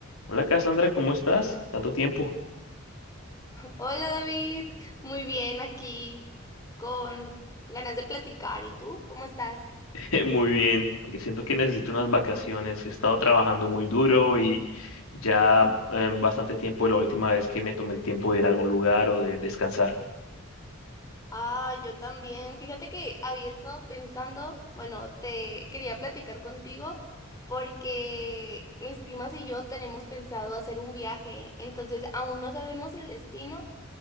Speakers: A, on the left (about 85°); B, on the left (about 15°).
A: Hola Cassandra, ¿cómo estás? Tanto tiempo.
B: Hola David, muy bien aquí con ganas de platicar. ¿Y tú? ¿Cómo estás?
A: <laughs> Muy bien, aunque siento que necesito unas vacaciones. He estado trabajando muy duro y ya eh, bastante tiempo de la última vez que me tomé el tiempo de ir a algún lugar o de descansar.
B: Ah, yo también. Fíjate que había estado pensando, bueno, te quería platicar contigo porque mis primas y yo tenemos pensado hacer un viaje, entonces aún no sabemos el destino,